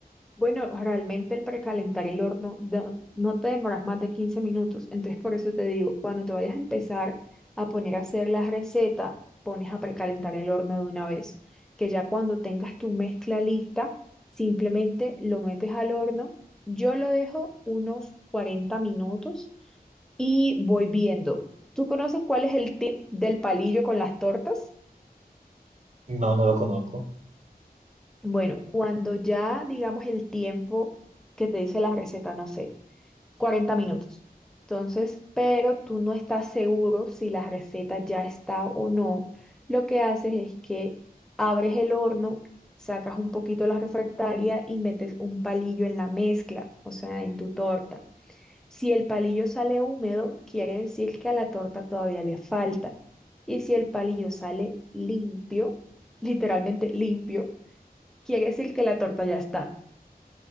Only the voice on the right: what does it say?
No, no lo conozco.